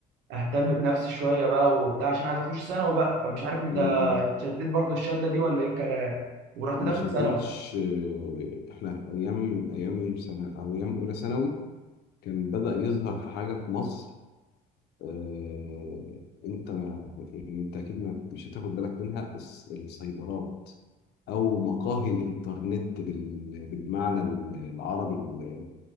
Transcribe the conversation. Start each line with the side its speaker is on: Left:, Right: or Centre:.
Right: اهتم بنفسي شويه بقى وبتاع عشان عايز اخش ثانوي بقى فمش عارف انت
Left: امم
Right: شديت برضو الشده دي ولا ايه الكلام ورحت
Left: لا
Right: داخل
Left: ما شدتش
Right: ثانوي
Left: آه، احنا ايام ايام سنة او ايام اولى ثانوي كان بدأ يظهر في حاجة في مصر آه، انت ما يعني انت اكيد ما مش هتاخد بالك منها الس- السايبرات او مقاهي الانترنت بال- بالمعنى ال- العربي ال-